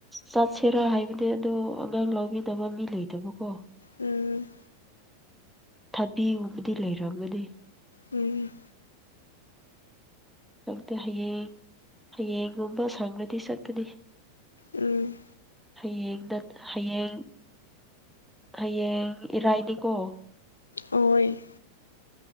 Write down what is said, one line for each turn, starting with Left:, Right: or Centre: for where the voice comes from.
Centre: ꯆꯠꯁꯤꯔꯥ ꯍꯥꯏꯕꯗꯤ ꯑꯗꯣ ꯑꯉꯥꯡ ꯂꯧꯕꯒ ꯐꯠꯇꯕ ꯃꯤ ꯂꯩꯇꯕꯀꯣ
Left: ꯎꯝ
Centre: ꯊꯕꯤꯒꯨꯝꯕꯨꯗꯤ ꯂꯩꯔꯝꯒꯅꯤ
Left: ꯎꯝ
Centre: ꯆꯪꯛꯇꯦ ꯍꯌꯦꯡ ꯍꯌꯦꯡꯒꯨꯝꯕ ꯁꯪꯒꯗꯤ ꯆꯠꯀꯅꯤ
Left: ꯎꯝ
Centre: ꯍꯌꯦꯡ ꯍꯌꯦꯡ ꯍꯌꯦꯡ ꯏꯔꯥꯏꯅꯤꯀꯣ
Left: ꯑꯣꯏ